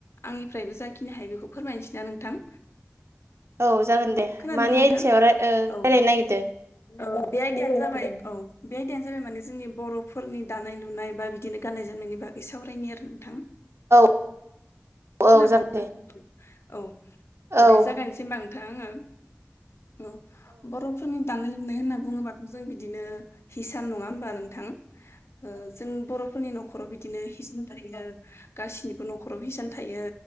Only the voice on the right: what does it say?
औ जागोन दे
मानियानि
सायाव राय ओ
रायलायनो नागिरदो
औ।
औ जागोन दे
औ